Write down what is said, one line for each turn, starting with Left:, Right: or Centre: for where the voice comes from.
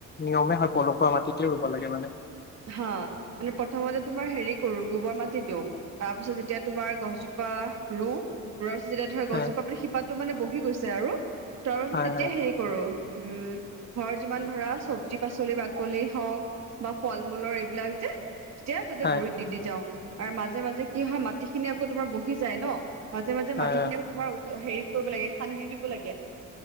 Left: নিয়মেই হয় পলসুৱা মাটিতে ৰুব লাগে মানে।
Right: হা মানে প্ৰথমতে তোমাৰ হেৰি কৰো গোবৰ মাটি দিওঁ, তাৰ পিছত যেতিয়া তোমাৰ গছজোপা ৰোও পুৰঠ যেতিয়া ধৰ গছজোপা
Left: হয়
Right: মানে শিপাটো মানে বহি গৈছে আৰু তাৰ পাছত
Left: হয়
Right: তেতিয়া
Left: হয় হয়
Right: হেৰি কৰো উম ঘৰত যিমান ধৰা চবজি পাচলি বাকলি হওক ফল-মূলৰ এইবিলাক যে তেতিয়া তাতে
Left: হয়
Right: গুড়িত দি দি যাওঁ আৰু মাজে মাজে কি হয় মাটি খিনি আকৌ তোমাৰ বহি যায় ন মাজে মাজে
Left: হয়
Right: মাটি খিনিও তোমাৰ হেৰি কৰিব লাগে খান্দি দিব লাগে